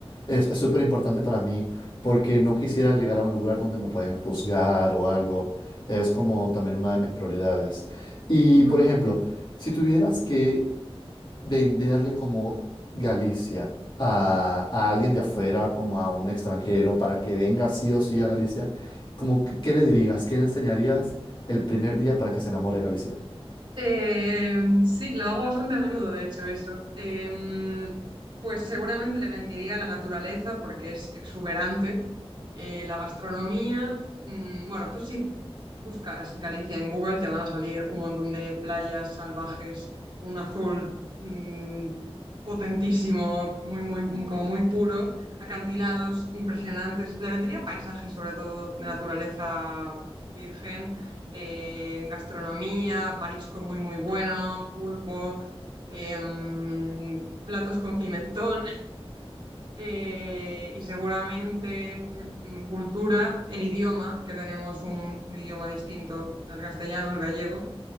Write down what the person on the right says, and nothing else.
Ujú.
Eh, sí, lo hago bastante a menudo, de hecho, eso. Em, pues seguramente le vendería la naturaleza porque es exuberante eh, la gastronomía. mm, bueno, tú si buscas Galicia en Google te van a salir un montón de playas salvajes, un azul mm, potentísimo, muy, muy, muy- como muy puro, acantilados impresionantes. Le vendría paisajes sobre todo de naturaleza virgen, eh, gastronomía, marisco muy, muy bueno, pulpo. em, platos con pimentón, eh, y seguramente mm, cultura, el idioma, que tenemos un, un idioma distinto del castellano, el gallego,